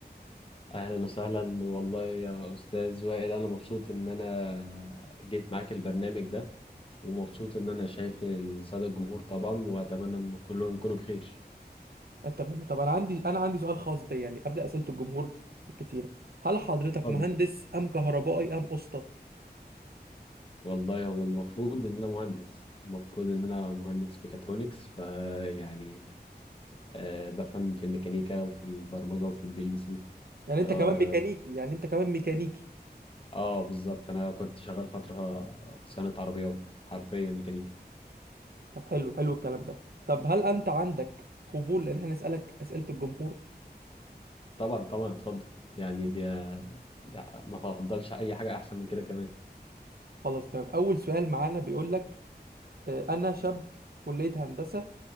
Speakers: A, on the left (about 30°); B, on the right (about 65°).
A: اهلا وسهلا والله يا استاذ وائل انا مبسوط ان انا جيت معاك البرنامج ده ومبسوط ان انا شايف الساده الجمهور طبعا واتمنى ان كلهم يكونوا بخير
B: أتمنى طب أنا عندي أنا عندي سؤال خاص بي يعني قبل أسئلة الجمهور الكتيرة هل حضرتك
A: اتفضل
B: مهندس أم كهربائي أم أسطى؟
A: والله هو المفروض ان انا مهندس المفروض ان انا مهندس ميكاترونكس فيعني آه بفهم في الميكانيكا وفي البرمجه وفي البي ال سي
B: يعني أنت
A: اه,
B: كمان ميكانيكي يعني أنت كمان ميكانيكي
A: آه بالظبط انا كنت شغال فتره صيانه عربيات حرفيا ميكانيكي
B: طب حلو حلو الكلام ده طب هل انت عندك قبول ان احنا نسالك اسئله الجمهور
A: طبعا طبعا اتفضل يعني دي ده ما فضلش اي حاجه احسن من كده كمان
B: خلاص تمام اول سؤال معانا بيقول لك آه، انا شاب كليه هندسه